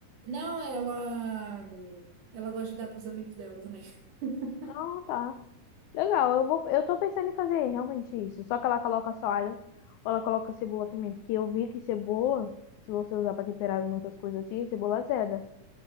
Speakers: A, on the right; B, on the left.
A: Não, ela. Ela gosta de dar pros amigos dela também. <laughs>
B: Ah, tá. Legal, eu vou, eu tô pensando em fazer realmente isso. Só que ela coloca só alho, ou ela coloca cebola também, porque eu vi que cebola, se você usar pra temperar muitas coisas assim, cebola azeda